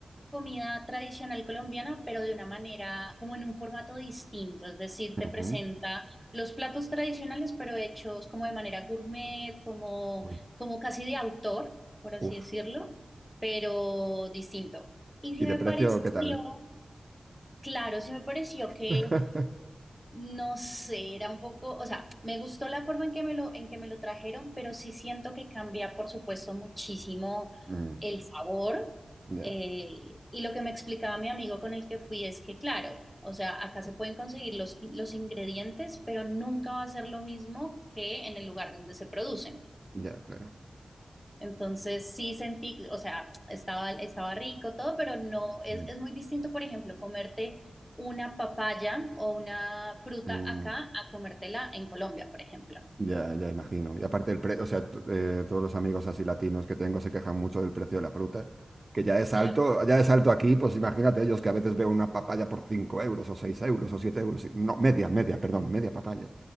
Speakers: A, in the centre; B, on the right (about 40°).
A: comida tradicional colombiana, pero de una manera, como en un formato distinto, es decir,
B: ujú.
A: te presenta los platos tradicionales, pero hechos como de manera gourmet, como,
B: Uy,
A: como casi de autor, por así
B: uf.
A: decirlo, pero distinto. Y sí
B: ¿Y de
A: me
B: precio
A: pareció,
B: qué tal?
A: claro, sí me pareció que
B: <laughs>
A: no sé, era un poco, o sea, me gustó la forma en que me lo, en que me lo trajeron, pero sí siento que cambia, por supuesto, muchísimo
B: Mm,
A: el sabor.
B: ya,
A: eh, y lo que me explicaba mi amigo con el que fui es que, claro, o sea, acá se pueden conseguir los, los ingredientes, pero nunca va a ser lo mismo que en el lugar donde se producen.
B: ya, claro.
A: Entonces sí sentí, o sea, estaba, estaba rico todo, pero no, es,
B: Mm.
A: es muy distinto, por ejemplo, comerte una papaya o una fruta
B: Mm,
A: acá a comértela en Colombia, por ejemplo.
B: Ya, ya imagino. Y aparte el precio, o sea, t- eh, todos los amigos así latinos que tengo se quejan mucho del precio de la fruta, que ya es
A: Claro.
B: alto, ya es alto aquí, pues imagínate ellos que a veces veo una papaya por 5 euros o 6 euros o 7 euros. y- No, media, media, perdón, media papaya.